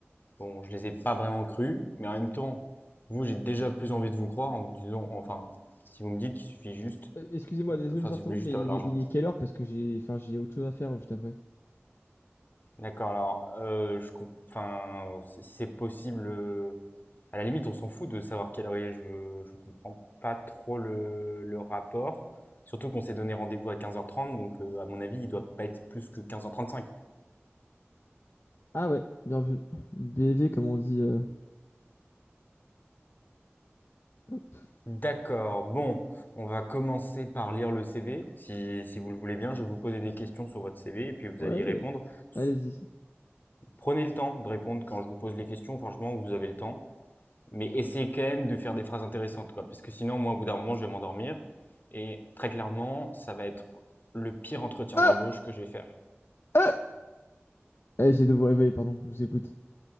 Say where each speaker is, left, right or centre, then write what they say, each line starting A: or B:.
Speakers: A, on the left (about 45°); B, on the left (about 60°).
A: Bon, je les ai pas vraiment crus, mais en même temps, vous, j'ai déjà plus envie de vous croire en vous disant, enfin, si vous me dites qu'il suffit juste,
B: Euh, Excusez-moi,
A: euh,
B: désolé
A: enfin,
B: de vous
A: si
B: interrompre,
A: vous voulez juste
B: mais
A: avoir
B: il
A: de l'argent.
B: est, il est quelle heure? Parce que j'ai enfin, j'ai autre chose à faire juste après.
A: D'accord, alors, euh, je, comp- enfin, si c'est possible, euh, à la limite, on s'en fout de savoir quelle heure il est, je, je comprends pas trop le, le rapport. Surtout qu'on s'est donné rendez-vous à 15h30, donc euh, à mon avis, il doit pas être plus que 15h35.
B: Ah ouais, bien vu. BV, comme on dit. euh. <laughs>
A: D'accord. Bon, on va commencer par lire le CV. Si, si vous le voulez bien, je vais vous poser des questions sur votre CV et puis vous
B: Ouais,
A: allez y répondre. S-
B: allez-y.
A: Prenez le temps de répondre quand je vous pose les questions. Franchement, vous avez le temps. Mais essayez quand même de faire des phrases intéressantes, quoi. Parce que sinon, moi, au bout d'un moment, je vais m'endormir. Et très clairement, ça va être le pire entretien
B: Euh,
A: d'embauche que je vais faire.
B: euh, Eh, j'ai de vous réveiller, pardon, je vous écoute.